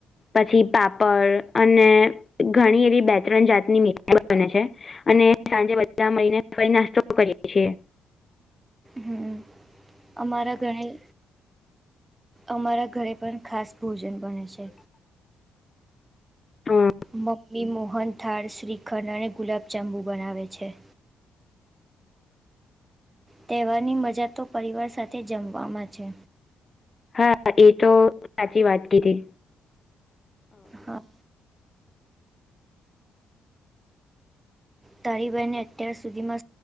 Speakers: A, on the left (about 30°); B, on the right (about 15°).
A: પછી પાપડ અને ઘણી એવી બે ત્રણ જાતની મઠ બને છે અને સાંજે બધા મળીને ફરી નાસ્તો કરીએે છીએ
B: હમ અમારા ઘણી અમારા ઘરે પણ ખાસ ભોજન બને છે
A: અ
B: મમ્મી મોહન થાળ શ્રીખંડ અને ગુલાબજાંબુ બનાવે છે તહેવાર ની મજા તો પરિવાર સાથે જમવાવામાં છે
A: હા એ તો સાચી વાત કધી
B: હા તાલિબાાનને અત્યાર સુધીમાં